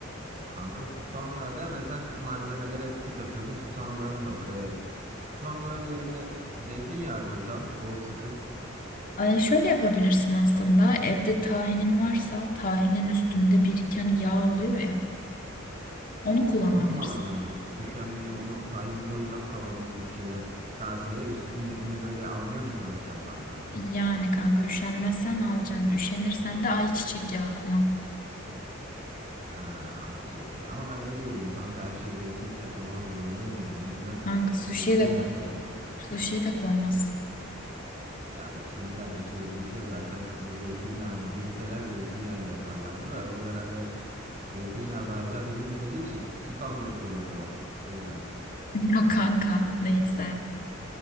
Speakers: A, on the right (about 40°); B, on the left (about 45°).
A: Kanka susam yağı deme sen malzemelere hep tik atıyordum Susam yağım yok. E, susam yağı yerine zeytinyağı koysam soğuk sıkım.
B: Ay şöyle yapabilirsin aslında. Evde tahinin varsa tahinin üstünde biriken yağ oluyor ya. Onu kullanabilirsin.
A: E, Onu mu alacağım bir de? Üşenmeyip onu tahini koyacağım kavanoz şeyden kaseye. Üstündekini böyle almaya mı çalışacağım kanka?
B: Yani kanka üşenmezsen alacaksın. Üşenirsen de ayçiçek yağı kullan.
A: Ha ayçiçek yağı. Ama ben ne geleyim kanka her şey zeytinyağı koymak zorundayım yani. O yüzden
B: Kanka suşiye
A: zeytinyağı
B: de
A: koyarım.
B: suşiye de koymaz. <laughs>
A: Ya bu Çinliler bir şey bilse zaten bu zeytinyağını bilseler zeytinyağıyla yaparlardı da orada herhalde zeytinyağı daha icat edilmediği için susam yağı kullanıyorlar. O yüzden.
B: Ya kanka neyse.